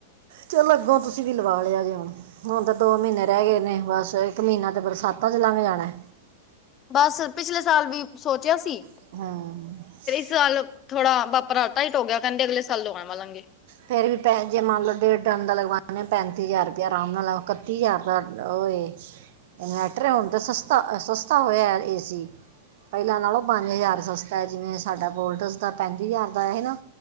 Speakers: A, on the right; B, on the left.
A: ਚਲੋ ਅੱਗੋਂ ਤੁਸੀਂ ਵੀ ਲਵਾ ਲਿਆ ਜੇ ਹੁਣ। ਹੁਣ ਤਾਂ ਦੋ ਮਹੀਨੇ ਰਹਿ ਗਏ ਨੇ, ਬਸ ਇੱਕ ਮਹੀਨਾ ਤੇ ਬਰਸਾਤਾਂ ਚ ਲੰਘ ਜਾਣਾ।
B: ਬਸ, ਪਿਛਲੇ ਸਾਲ ਵੀ ਸੋਚਿਆ ਸੀ।
A: ਹਾਂ।
B: ਚਲ, ਥੋੜਾ ਅਪਨਾ ਹਥ ਟਾਈਟ ਹੋ ਗਿਆ ਕਹਿੰਦੇ ਅਗਲੇ ਸਾਲ ਆ ਲਵਾਲਾਂਗੇ।
A: ਫੇਿਰ ਵੀ ਪੈਸੇ, ਜੇ ਮੰਨ ਲਓ ਡੇਢ ਡਨ ਦਾ ਲਗਵਾਉਂਦੇ ਹਾਂ ਪੈਂਤੀ ਹਜ਼ਾਰ ਰੁਪਇਆ ਅਰਾਮ ਨਾਲ ਲਓ ਇਕੱਤੀ ਹਜ਼ਾਰ ਦਾ ਔ ਏ ਇਨਵੈਟਰ ਹੈ, ਹੁਣ ਤਾਂ ਸਸਤਾ ਹੋਇਆ ਏ ਸੀ। ਪਹਿਲਾਂ ਨਾਲੋਂ ਪੰਜ ਹਜ਼ਾਰ ਸਸਤਾ ਏ ਜਿਵੇਂ ਸਾਡਾ ਵੋਲਟਸ ਦਾ ਪੈਂਤੀ ਹਜ਼ਾਰ ਦਾ ਆਇਆ ਸੀ ਨਾ।